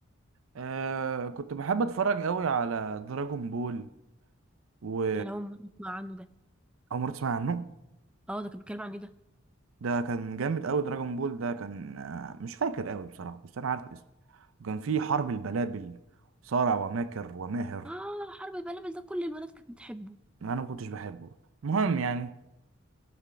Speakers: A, on the right; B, in the centre.
A: آه كنت بحب اتفرج قوي على دراجون بول و
B: انا اول مره اسمع عنه ده
A: اول مره تسمع عنه
B: اه ده كان بيتكلم عن ايه ده
A: ده كان جامد قوي دراجون بول ده كان آه، مش فاكر قوي بصراحه بس انا عارف اسمه كان فيه حرب البلابل صارع وماكر وماهر
B: اه حرب البلبل ده كل الولاد كانت بتحبه
A: انا ما كنتش بحبه المهم يعني